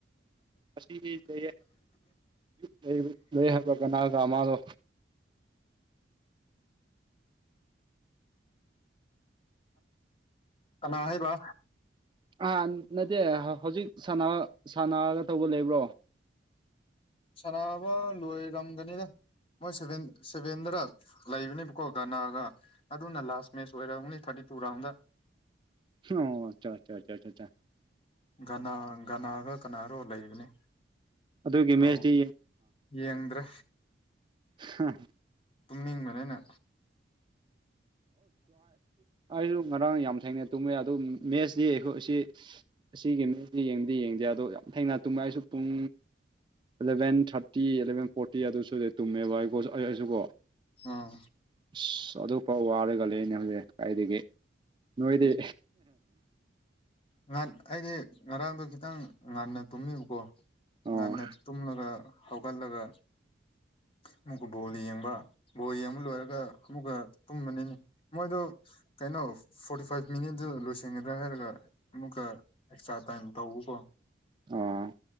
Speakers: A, on the right; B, on the left.
A: ꯑꯁꯤꯗꯤ ꯂꯩ ꯍꯥꯏꯕ ꯍꯥꯏꯕ ꯀꯅꯥꯗꯃꯗꯣ
B: ꯀꯅꯥ ꯍꯥꯏꯕ
A: ꯑ ꯅꯠꯇꯦ ꯍꯧꯖꯤꯛ ꯁꯥꯟꯅꯔꯒ ꯇꯧꯕ ꯂꯩꯕ꯭ꯔꯣ
B: ꯁꯅꯥꯕ ꯂꯣꯏꯔꯝꯒꯅꯤꯗ ꯃꯣꯏ ꯁꯚꯦꯟ ꯁꯚꯦꯟꯗꯔ ꯂꯩꯕꯅꯦꯕꯀꯣ ꯒꯅꯥꯒ ꯑꯗꯨꯅ ꯂꯥꯁ ꯃꯦꯠꯆ ꯑꯣꯏꯔꯦ ꯑꯣꯡꯂꯤ ꯊꯥꯔꯇꯤ ꯄꯨꯔ ꯑ
A: ꯑꯣ ꯆ
B: ꯒꯅꯥ ꯒꯅꯥꯒ ꯀꯅꯥꯔꯣ ꯂꯩꯕꯅꯤ
A: ꯑꯗꯨꯒꯤ
B: ꯑ
A: ꯃꯦꯠꯁꯇꯤ
B: ꯌꯦꯡꯗ꯭ꯔꯦ
A: ꯍꯝ
B: ꯇꯨꯝꯅꯤꯡꯕꯅꯦ ꯑꯩꯅ
A: ꯑꯩꯁꯨ ꯉꯔꯥꯡ ꯌꯥꯝ ꯊꯦꯡꯅꯩ ꯇꯨꯝꯃꯦ ꯑꯗꯨ ꯃꯦꯠꯁꯇꯤ ꯑꯩꯈꯣꯏ ꯑꯁꯤ ꯑꯁꯤꯒꯤ ꯃꯤꯁꯤ ꯌꯦꯡꯗꯤ ꯌꯦꯡꯗꯦ ꯑꯗꯣ ꯌꯥꯝ ꯊꯦꯡꯅ ꯇꯨꯝꯃꯛ ꯑꯩꯁꯨ ꯄꯨꯡ ꯑꯦꯂꯚꯦꯟ ꯊꯥꯔꯇꯤ ꯑꯦꯂꯚꯦꯟ ꯐꯣꯔꯇꯤ ꯑꯗꯨꯁꯨ ꯑꯗꯨ ꯇꯨꯝꯃꯦꯕ ꯑꯩꯣ ꯑꯩ ꯑꯩꯁꯨꯀꯣ
B: ꯑꯝ
A: ꯑꯁ ꯑꯗꯨꯐꯥꯎ ꯋꯥꯔꯒ ꯂꯩ ꯑꯅꯦ ꯍꯧꯖꯤꯛ ꯀꯥꯏꯗꯒꯤ ꯅꯣꯏꯗꯤ
B: ꯎꯝ ꯉꯥꯟ ꯑꯩꯗꯤ ꯉꯔꯥꯡꯗꯈꯤ ꯈꯤꯇꯪ ꯉꯟꯅ ꯇꯨꯝꯃꯤꯕꯀꯣ
A: ꯑꯣ
B: ꯉꯟꯅ ꯇꯨꯝꯂꯒ ꯍꯧꯒꯠꯂꯒ ꯑꯃꯨꯛꯀ ꯕꯣꯜ ꯌꯦꯡꯕ ꯕꯣꯜ ꯌꯦꯡꯕ ꯂꯣꯏꯔꯒ ꯑꯃꯨꯛꯀ ꯇꯨꯝꯕꯅꯤꯅꯤ ꯃꯣꯏꯗꯣ ꯀꯩꯅꯩꯅꯣ ꯐꯣꯔꯇꯤ ꯐꯥꯏꯚ ꯃꯤꯅꯤꯠꯗꯨ ꯂꯣꯏꯁꯟꯒꯗ꯭ꯔꯥ ꯍꯥꯏꯔꯒ ꯑꯃꯨꯛꯀ ꯑꯦꯛꯁꯇ꯭ꯔꯥ ꯇꯥꯏꯝ ꯇꯧꯕꯀꯣ
A: ꯑ